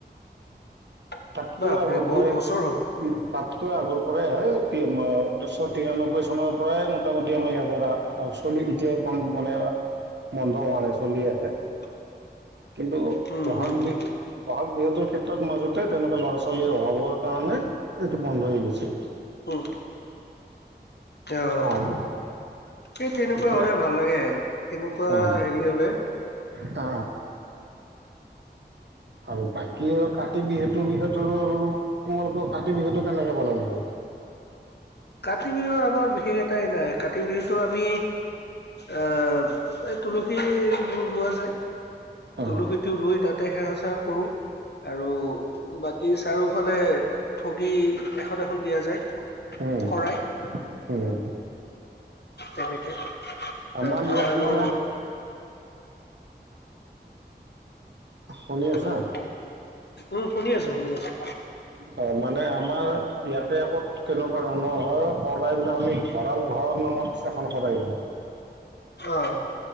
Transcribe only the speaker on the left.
<inaudible>
বহুত
বছৰ হ'ল
<inaudible>
উম
হম হম
উম অ অ।
এই তেনেকুৱা
হ'লে ভাল লাগে, সেনেকুৱা
হেৰি হ'লে।
কাতি বিহুৰ আমাৰ বিশেষখটাই নাই, কাতি বিহুটো আমি অঁ এই তুলসীৰ ৰোৱা যায়,
তুলসীটো ৰুই তাতে সেৱা চেৱা কৰোঁ। আৰু বাকী চাৰিওফালে ঠগি এখন এখন দিয়া যায়।
শৰাই
তেনেকে
তাৰপৰা
আৰু
উম উম শুনি আছোঁ শুনি আছোঁ।
অঁ।